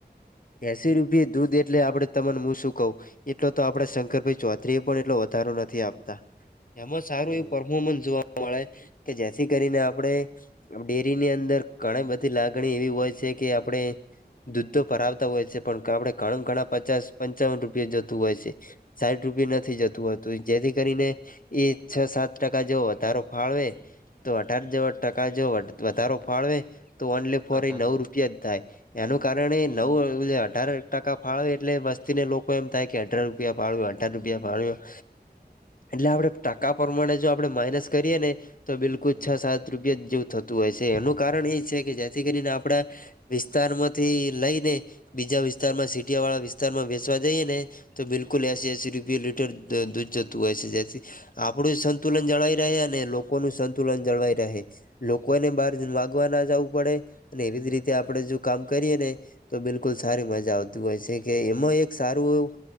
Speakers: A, on the left; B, on the right.
A: એસી રૂપયે દૂધ એટલે આપડ તમન્ન હું શું કહું, એટલો તો આપડા શંકરભાઈ ચૌધરી એ પણ એટલો વધારો નથી આપ તા, એમાં સારું
B: હમ
A: એવું પરફોર્મન્સ જોવા મળે કે જેથી કરીને આપડે ડેરીની અંદર ઘણી બધી લાગણી એવી હોય છે કે આપણે દૂધ તો ભરાવતા હોય છે પણ આપડે ઘણા ઘણા પચાસ પંચાવન રૂપિયે જતું હોય છે. સાહીઠ રૂપિયે નથી જતું હોતું જેથી કરીને એ છ સાત ટકા જેવો વધારો ફાળવે તો અઢાર જેવા ટકા જો વધ વધારો ફાળવે તો ઓન્લી ફોર
B: વાત
A: એ
B: હાચી
A: નવ રૂપિયા જ થાય એનું કારણે
B: હમ
A: નવ એવિયા તારણ ટકા ફાવે એટલે બસ ને લોકો એમ થાય કે અઢાર રૂપિયા ફાળવ્યો અઢાર રૂપિયા ફાળવ્યો એટલે આપડે ટકા
B: હમ
A: પ્રમાણે જો આપણે માઈનસ કરીએ ને તો બિલકુલ છ
B: હમ
A: સાત રપિયા જ જેવું થતું હોય છે, એનું કારણ એ છે કે જેથી કરીને આપડા વિસ્તારમાંથી લઈને બીજા વિસ્તારમાં સીટીવાળા વિસ્ સ્તારમાં વેચવા જઈએને તો બિલકુલ એસી એસી રૂપિયે લીટર દ દૂધ જતું હોય છે જેથી આપડુંયે સંતુલન જળવાઈ રહે અને લોકોનું સંતુલન જળવાઈ રહે. લોકોને બહાર જ માગવા ના જવું પડે અને એવી જ રીતે આપડે જો કામ કરીએ ને, તો બિલકુલ સારી મજા આવતી હોય છે. કે એમાં એક સારું એવું